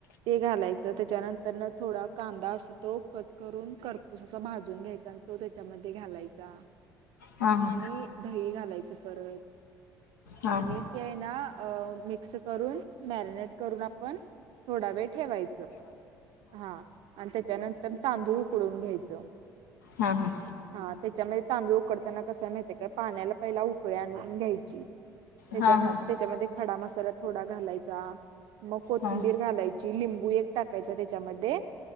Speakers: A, on the right (about 55°); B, on the left (about 75°).
A: ते घालायचं त्याच्यानंतर न थोडा कांदा अस तो कट करून करपूस असा भाजून घ्यायचा आणि तो त्याच्यामध्ये घालायचा
B: हा
A: आणि दही घालायचं परत
B: हा
A: आणि ते हाय ना अ मिक्स करून मॅरिनेट करून आपण थोडा वेळ ठेवाय हा आणि त्याच्यानंतर तांदूळ उकडून घ्यायचं.
B: हा हा
A: हा त्याच्यामध्ये तांदूळ उकडताना कसा माहिती हाय काय पाण्याला पहिला उकळी आणून घ्यायची. त्याच्यानंतर
B: हा हा हा
A: त्याच्यामध्ये खडा मसाला थोडा घालायचा. मग कोथिंबीर
B: हा
A: घालायची लिंबू एक टाकायचा त्याच्यामध्ये